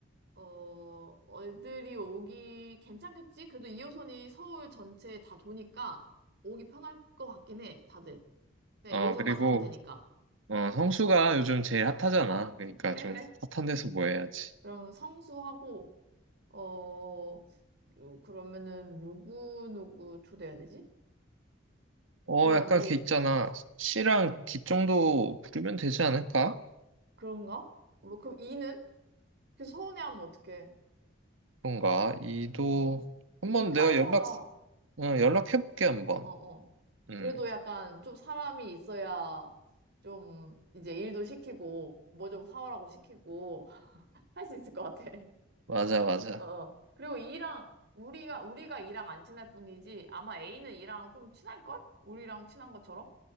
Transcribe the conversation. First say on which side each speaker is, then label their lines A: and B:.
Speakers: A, on the right; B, on the right.
A: 어, 애들이 오기 괜찮겠지? 그래도 2호선이 서울 전체 다 도니까 오기 편할 것 같긴 해, 다들. 그냥
B: 어,
A: 2호선만
B: 그리고
A: 타면 되니까.
B: 어, 성수가 요즘 제일 핫하잖아. 그러니까
A: 그래,
B: 좀
A: 그래.
B: 핫한 데서 뭐 해야지.
A: 그럼 성수하고, 어, 요- 그러면은, 누구, 누구 초대해야 되지?
B: 어,
A: 그냥
B: 약간
A: 우리,
B: 걔 있잖아.
A: 어,
B: C랑 D 정도 부르면 되지 않을까?
A: 그런가? 뭐, 그럼 이는? 그 서운해하면 어떡해.
B: 그런가? 이도
A: 어. 이까지
B: 한 번 내가 연락
A: 하자. 어,
B: 어, 연락해볼게 한번.
A: 어.
B: 음
A: 그래도 약간 좀 사람이 있어야 좀 이제 일도 시키고, 뭐 좀 사오라고 시키고, <laughs> 할 수 있을 것 같아. <laughs>
B: 맞아 맞아.
A: 어, 어. 그리고 이랑, 우리가, 우리가 이랑 안 친할 뿐이지, 아마 A는 이랑 좀 친할걸? 우리랑 친한 것처럼?